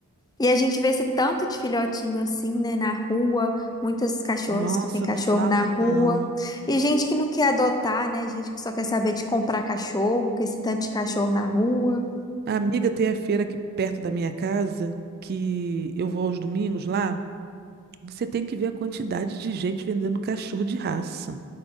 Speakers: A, on the left; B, on the right.
A: E a gente vê esse tanto de filhotinho assim, né, na rua, muitas cachorras
B: Nossa,
A: que têm cachorro
B: não fala
A: na rua,
B: não.
A: e gente que não quer adotar, né, gente que só quer saber de comprar cachorro, com esse tanto de cachorro na rua.
B: A amiga tem a feira aqui perto da minha casa, que eu vou aos domingos lá. Você tem que ver a quantidade de gente vendendo cachorro de raça.